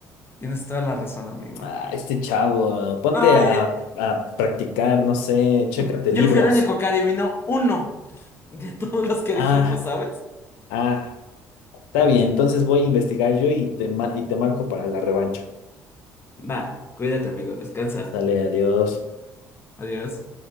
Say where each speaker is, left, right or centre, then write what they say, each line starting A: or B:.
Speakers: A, on the left; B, on the left.
A: Tienes toda la razón, amigo.
B: Ah, este chavo, ponte
A: Ay,
B: a, a practicar, no sé, chécate
A: yo
B: libros.
A: fui el único que adivinó uno de todos los que
B: Ah,
A: dijimos, ¿sabes?
B: ah, está bien, entonces voy a investigar yo y te, ma- y te marco para la revancha.
A: Va, cuídate, amigo, descansa.
B: Sale, adiós.
A: Adiós.